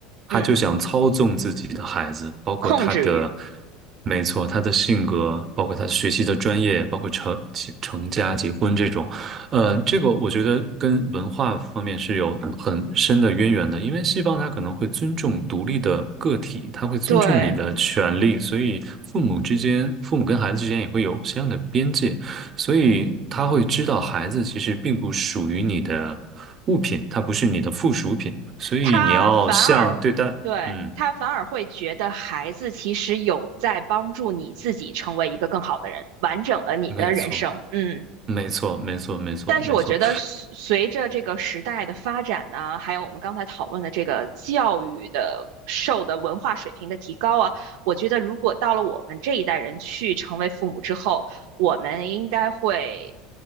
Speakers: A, on the right (about 40°); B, on the right (about 70°).
A: 他就想操纵自己的孩子，
B: 嗯，
A: 包括他的，
B: 控制欲，
A: 没错，他的性格，包括他学习的专业，包括成成家、结婚这种。呃，这个我觉得跟文化方面是有很深的渊源的，因为西方它可能会尊重独立的个体，它会尊重你的权利，
B: 对，
A: 所以父母之间，父母跟孩子之间也会有相应的边界，所以他会知道孩子其实并不属于你的物品，它不是你的附属品，所以你要像对待，
B: 他反而，对，
A: 嗯，
B: 他反而会觉得孩子其实有在帮助你自己成为一个更好的人，完整了你的人生。
A: 没错，
B: 嗯。
A: 没错，没错，没错，
B: 但是我觉得随随着这个时代的发展呢，
A: 没错，
B: 还有我们刚才讨论的这个教育的受的文化水平的提高啊，我觉得如果到了我们这一代人去成为父母之后，我们应该会